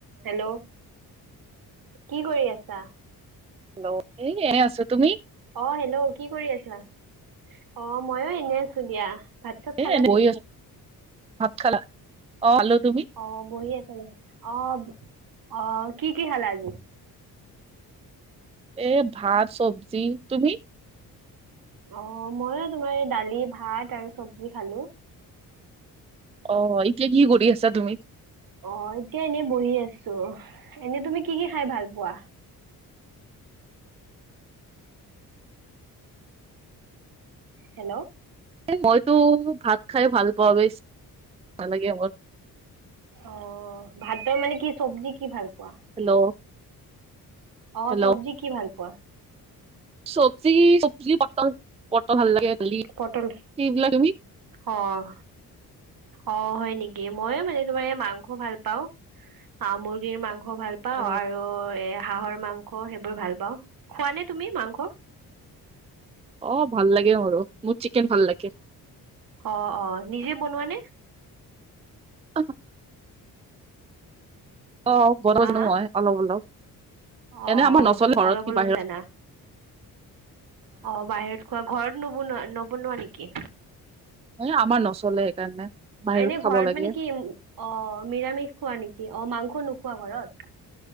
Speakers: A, on the right; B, on the right.
A: হেল্ল' কি কৰি আছা?
B: হেল্ল' এই এনেই আছো, তুমি?
A: অ হেল্ল' কি কৰি আছিলা? অ ময়ো এনেই আছো দিয়া। ভাত চাত
B: এ'
A: খালানে?
B: বহি আছো। ভাত খালা? অ খালো। তুমি?
A: অ, বহি আছিলো। অ, অ কি কি খালা আজি?
B: এ' ভাত চব্জি। তুমি?
A: অ, ময়ো তোমাৰ এই দালি ভাত আৰু চব্জি খালো।
B: অ, এতিয়া কি কৰি আছা তুমি?
A: অ, এতিয়া এনেই বহি আচিলো। এনেই তুমি কি কি খাই ভাল পোৱা? হেল্ল'।
B: মই টো, ভাত খায়ে ভাল পাওঁ বে, নালাগে মোৰ।
A: অ, ভাতৰ মানে কি চব্জি কি ভাল পোৱা?
B: হেল্ল'।
A: অ,
B: হেল্ল'
A: চব্জি কি ভাল পোৱা?
B: চব্জি, চব্জি পটল পটল ভাল লাগে।
A: পটল
B: সেইবিলাকে,
A: অ- অ, হয় নেকি? মই মানে তোমাৰ এই মাংস ভাল পাওঁ। হাঁহ মুৰ্গীৰ মাংস ভাল পাওঁ
B: অ
A: আৰু এ হাঁহৰ মাংস সেইবোৰ ভাল পাওঁ। খোৱা নে তুমি মাংস?
B: অ, ভাল লাগে মোৰো। মোৰ চিকেন ভাল লাগে।
A: অ-অ-অ নিজেই বনোৱা নে?
B: <inaudible> অ,
A: হা
B: নহয়,
A: হা
B: অলপ- অলপ
A: অ',
B: এনে আমাৰ নচলে ঘৰত,
A: অলপ
B: কি
A: অলপ
B: বাহিৰত
A: জানা অ, বাহিৰত খোৱা, ঘৰত নবনোৱা- নবনোৱা নেকি?
B: এ আমাৰ নচলে সেইকাৰণে। বাহিৰত
A: এনেই
B: খাব
A: ঘৰত
B: লাগে
A: মানে কি অ, নিৰামিষ খোৱা নেকি? অ, মাংস নোখোৱা ঘৰত?